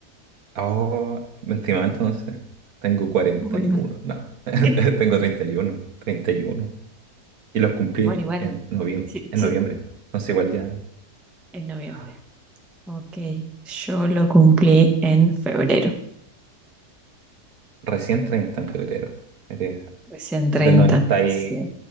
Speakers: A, on the right; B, in the centre.
A: Oh, mentí mal, entonces. Tengo cuarenta
B: Muy
A: y
B: mal.
A: uno No, <laughs>
B: <laughs>
A: tengo treinta treinta y uno treinta y uno y los cumplí
B: Bueno, igual.
A: en noviem
B: Sí,
A: en
B: sí,
A: noviembre. Entonces igual ya
B: en noviembre.
A: ah,
B: Ok, yo lo cumplí en febrero.
A: recién 30 en febrero. Eres
B: Recién 30,
A: Del noventa y
B: sí,